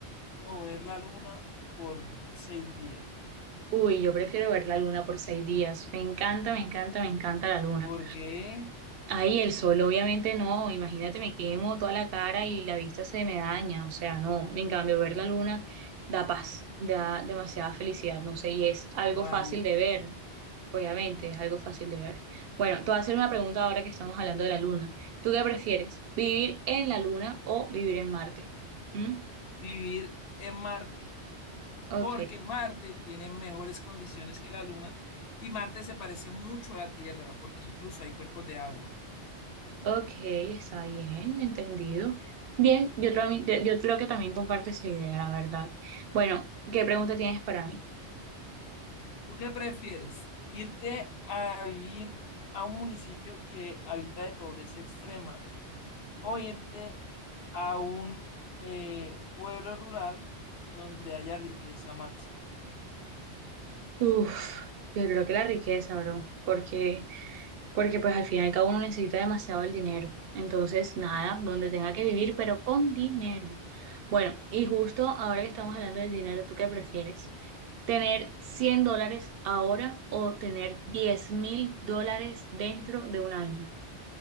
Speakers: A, on the left; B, on the right.
A: o ver la luna por seis días?
B: Uy, yo prefiero ver la luna por seis días. Me encanta, me encanta, me encanta la luna.
A: Porque es
B: Ahí el sol, obviamente no, imagínate, me quemo toda la cara y la vista se me daña, o sea, no, en cambio, ver la luna da paz, da demasiada felicidad, no sé, y es algo
A: válido
B: fácil de ver, obviamente, es algo fácil de ver. Bueno, te voy a hacer una pregunta ahora que estamos hablando de la luna. ¿Tú qué prefieres, vivir en la luna o vivir en Marte? ¿Mm?
A: vivir en Marte
B: Ok,
A: porque Marte tiene mejores condiciones que la Luna y Marte se parece mucho a la Tierra porque incluso hay cuerpos de agua.
B: ok, está bien, entendido. Bien, yo, creo- yo creo que también comparto esa idea, la verdad. Bueno, ¿qué pregunta tienes para mí?
A: ¿Tú qué prefieres? ¿Irte a vivir a un municipio que habita de pobreza extrema o irte a un eh, pueblo rural donde haya riqueza máxima?
B: Uf, yo creo que la riqueza, bro, porque, porque pues al final cada uno necesita demasiado el dinero. Entonces, nada, donde tenga que vivir, pero con dinero. Bueno, y justo ahora que estamos hablando del dinero, ¿tú qué prefieres? ¿Tener 100 dólares ahora o tener diez mil dólares dentro de un año?